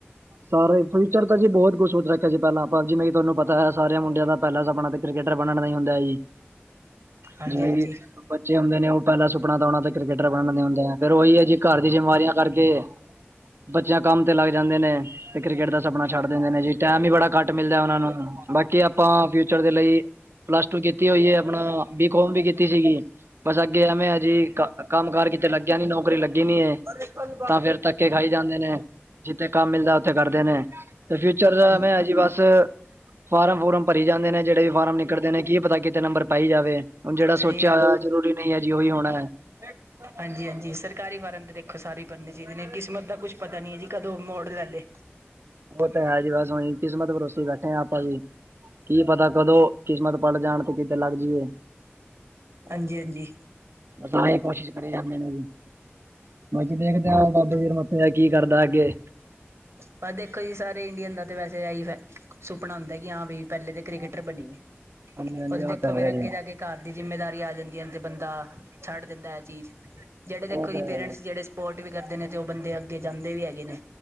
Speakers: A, on the right; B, on the right.
A: ਸਾਰੇ ਫਿਊਚਰ ਤਾਂ ਜੀ ਬਹੁਤ ਕੁਛ ਕੁਦਰਤੀ ਹੈ ਜੀ ਪਹਿਲਾਂ ਜਿਵੇਂ ਹੈ ਕੀ ਤੁਹਾਨੂੰ ਪਤਾ ਹੈ ਸਾਰਿਆਂ ਮੁਡਿਆਂ ਦਾ ਪਹਿਲਾਂ ਸਪਣਾ ਆਪਣਾ ਕ੍ਰਿਕਟਰ ਬਣਨ ਹੁੰਦਾ ਹੈ ਜੀ,
B: ਹਾਂਜੀ
A: ਜਿਵੇਂ
B: ਹਾਂਜੀ
A: ਬੱਚੇ ਹੁੰਦੇ ਨੇ ਉਹ ਪਹਿਲਾਂ ਸੁਪਨਾ ਤਾਂ ਆਉਣਾ ਤ ਕ੍ਰਿਕਟਰ ਬਣਣ ਦਾ ਹੁੰਦੇ ਆ, ਫਿਰ ਉਹੀ ਹੈ ਜੀ ਘਰ ਦੀ ਜਿੰਮੇਵਾਰੀਆਂ, ਕਰਕੇ, ਬੱਚਿਆਂ ਕੰਮ ਤੇ ਲੱਗ ਜਾਂਦੇ ਨੇ। ਕ੍ਰਿਕਟ ਦਾ ਸਪਨਾ ਛੱਡ ਦਿੰਦੇ ਨੇ ਜੀ ਟਾਈਮ ਵੀ ਬੜਾ ਘੱਟ ਮਿਲਦਾ ਉਹਨਾਂ ਨੂੰ ਬਾਕੀ ਆਪਾਂ ਫਿਊਚਰ ਦੇ ਲਈ ਪਲੱਸ ਟੂ ਕੀਤੀ ਹੋਈ ਹੈ, ਆਪਣਾ ਬੀਕਮ ਵੀ ਕੀਤੀ ਸੀਗੀ। ਬਸ ਅੱਗੇ ਐਵੇਂ ਆ ਜੀ ਕੰਮ- ਕਾਰ ਕਿਤੇ ਲੱਗਿਆ ਨੀ ਨੌਕਰੀ ਲੱਗੀ ਨੀ ਇਹ
B: ਮ
A: ਤਾਂ ਫੇਰ ਧੱਕੇ ਖਾਈ ਜਾਂਦੇ ਨੇ। ਜਿੱਥੇ ਕੰਮ ਮਿਲਦਾ ਉੱਥੇ ਕਰਦੇ ਨੇ ਤੇ ਫਿਊਚਰ ਦ
B: ਆਦਮੀ
A: ਐਵੇਂ ਹੈ ਜੀ ਬਸ ਫਾਰਮ-ਫਰਮ ਭਰੀ ਜਾਂਦੇ ਨੇ ਜਿਹੜੇ ਵੀ ਫਾਰਮ ਨਿਕਲਦੇ ਨੇ ਕੀ ਪਤਾ ਕਿਤੇ ਨੰਬਰ ਪਾਈ ਜਾਵੇ। ਹੁਣ ਜਿਹੜਾ
B: ਸਹੀ
A: ਸੋਚਿਆ ਜ਼ਰੂਰੀ ਨਹੀਂ ਹੈ ਜੀ ਉਹੀ ਹੋਣਾ ਹੈ।
B: ਲ <unintelligible> ਹਾਂਜੀ-ਹਾਂਜੀ ਸਰਕਾਰੀ ਫਾਰਮ ਤੇ ਦੇਖੋ ਸਾਰੇ ਭਰਨੇ ਚਾਹੀਦੇ ਨੇ ਕਿਸਮਤ ਦਾ ਕੁਛ ਪਤਾ ਨੀ ਹੈ ਜੀ ਕਦੋਂ ਮੋੜ ਲੈ ਲਏ।
A: ਉਹ ਤਾਂ ਹੈ ਜੀ ਬਸ ਉ ਕਿਸਮਤ ਭਰੋਸੀ ਬੈਠੇ ਹ ਆਪਾਂ ਵੀ ਕੀ ਪਤਾ ਕਦੋਂ ਕਿਸਮਤ ਪਲਟ ਜਾਣ ਤੇ ਕਿਤੇ ਲੱਗ ਜਾਈਏ।
B: ਹਾਂਜੀ-ਹਾਂਜੀ।
A: ਤਾਹੀ ਕੋਸ਼ਿਸ਼ ਕਰੇ ਜਾਂਦੇ ਨੇ ਜ ਬਾਕੀ ਦੇਖਦੇ ਆ ਬਾਬੇ ਜਿਰ ਜਾਂ ਕੀ ਕਰਦਾ ਅੱਗੇ?
B: ਭਾਈ ਦੇਖੋ ਜੀ ਸਾਰੇ ਇੰਡੀਅਨ ਦਾ ਤੇ ਵੈਸੇ ਇਹੀ ਸੁਪਨਾ ਹੁੰਦਾ ਕਿ ਹਾਂ ਬਈ ਪਹਿਲੇ ਤਾਂ ਕ੍ਰਿਕਕੇਟਰ ਬਣਿਏ।
A: ਹਾਂਜੀ
B: ਉਹ
A: ਹਾਂਜੀ
B: ਤੇ
A: ਆਹ
B: ਦੇਖੋ
A: ਤਾਂ ਹੈਗਾ
B: ਫੇਰ ਅੱਗੇ
A: ਜੀ।
B: ਜਾ ਕੇ ਘਰ ਦੀ ਜਿੰਮੇਦਾਰੀ ਆ ਜਾਂਦੀ ਹੈ ਤੇ ਬੰਦਾ ਛੱਡ ਦਿੰਦਾ ਇਹ ਚੀਜ਼ ਜਿਹੜੇ ਦੇਖੋ
A: ਉਹ ਤਾਂ
B: ਜੀ
A: ਹੈ
B: ਪੇਰੈਂਟਸ ਜਿਹੜੇ ਪੋਰਟ ਵੀ ਕਰਦੇ ਨੇ ਤੇ ਉਹ ਬੰਦੇ ਅੱਗੇ ਜਾਂਦੇ ਵੀ ਹੈਗੇ ਨੇ